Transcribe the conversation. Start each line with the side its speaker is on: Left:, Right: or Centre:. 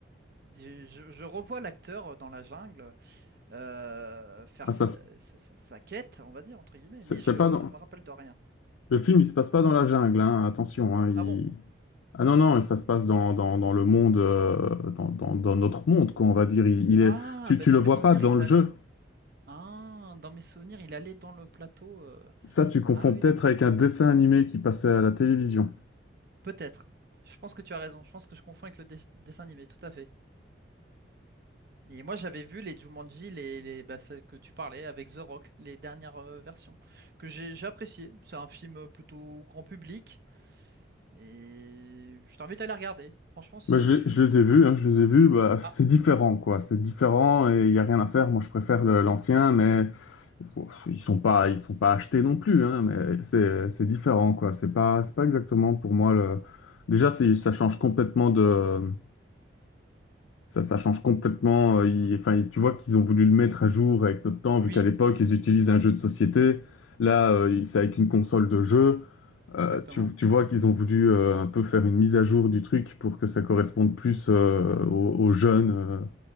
Right: Je, je- je revois l'acteur dans la jungle euh, faire
Left: Ah, ça,
Right: sa,
Left: se-
Right: sa- sa- sa quête, on va dire, entre guillemets,
Left: c'est
Right: mais
Left: c'est
Right: je
Left: pas dans...
Right: ne me rappelle de rien.
Left: Le film, il se passe pas dans la jungle, hein, attention. Hein, il-
Right: Ah bon?
Left: Ah non, non, ça se passe dans, dans, dans le monde, euh, dans, dans, dans notre monde, qu'on va dire. Il, il
Right: Ah,
Left: est... tu,
Right: ben
Left: tu
Right: dans
Left: le vois
Right: mes souvenirs,
Left: pas dans
Right: ils
Left: le jeu.
Right: allaient. Ah, dans mes souvenirs, il allait dans le plateau. euh.
Left: Ça, tu confonds
Right: Ah oui,
Left: peut-être
Right: d'accord.
Left: avec un dessin animé qui passait à la télévision.
Right: Peut-être. Je pense que tu as raison. Je pense que je confonds avec le dé- dessin animé, tout à fait. Et moi, j'avais vu les Jumanji, les, les, bah, celles que tu parlais avec The Rock, les dernières euh, versions, que j'ai j'ai apprécié. C'est un film euh, plutôt grand public et je t'invite à les regarder. Franchement, c'est...
Left: Bah, je, les je les ai vus, hein, je les ai vus, bah,
Right: Ah,
Left: c'est différent, quoi. C'est différent et il n'y a rien à faire. Moi, je préfère le- l'ancien, mais Ils sont pas, ils sont pas achetés non plus, hein, mais c'est c'est différent, quoi. C'est pas, c'est pas exactement pour moi le. Déjà, c'est, ça change complètement de, ça, ça change complètement. euh, il- enfin, tu vois qu'ils ont voulu le mettre à jour avec notre temps, vu
Right: oui,
Left: qu'à l'époque ils utilisent un jeu de société. Là, euh, ils- c'est avec une console de jeu. Euh,
Right: exactement.
Left: tu, tu vois qu'ils ont voulu euh, un peu faire une mise à jour du truc pour que ça corresponde plus euh, aux, aux jeunes euh,